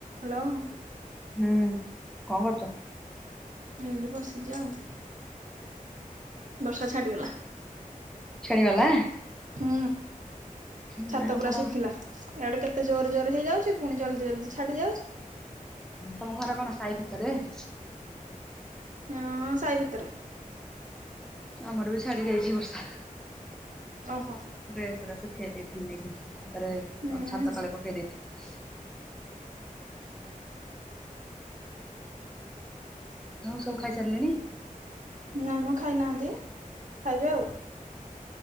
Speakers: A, on the right; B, in the centre.
A: Hello.
B: ହୁଁ, କଣ କରୁଚ?
A: ଏଇଠି ବସିଚି ଆଉ, ବର୍ଷା ଛାଡିଗଲା।
B: ଛାଡିଗଲା?
A: ହୁଁ।
B: ନାଇଁ
A: ଛାତ
B: ଆମର
A: ପୁରା ଶୁଖିଲା, ଇଆଡେ କେତେ ଜୋରେ ଜୋରେ ହେଇଯାଉଚି, ପୁଣି ଜଲ୍ଦି ଜଲ୍ଦି ଛାଡି ଯାଉଚି।
B: ତମ ଘର କଣ ସାଇ ଭିତରେ ଏ?
A: ହଁ, ସାଇ ଭିତରେ।
B: ଆମର ବି ଛାଡି ଯାଇଚି ବର୍ଷା।
A: ଓହୋ।
B: ଡ୍ରେସ୍ ଗୁରା ଶୁଖେଇ ଦେଇଥିଲି ନେଇକି, ଛାତରେ,
A: ହୁଁ
B: ହଁ ଛାତ ତଳେ ପକେଇ ଦେଇଥିଲି। ଆଉ ସବୁ ଖାଇ ସାରିଲେଣି?
A: ନାଇଁମ ଖାଇନାହାନ୍ତି, ଖାଇବେ ଆଉ।